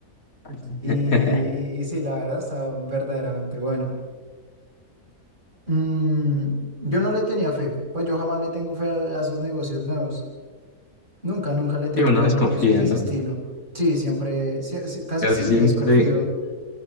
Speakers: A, on the left; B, on the right.
A: <laughs>
B: Y, y- y sí, la verdad está verdaderamente bueno. Mm, yo no le tenía fe, pues yo jamás le tengo fe a, a esos negocios nuevos. Nunca, nunca le tengo
A: Sí, uno
B: fe
A: desconfía,
B: a negocios de
A: ¿no?
B: ese estilo. Sí, siempre, sie- sí, casi
A: Casi
B: siempre
A: siempre,
B: desconfío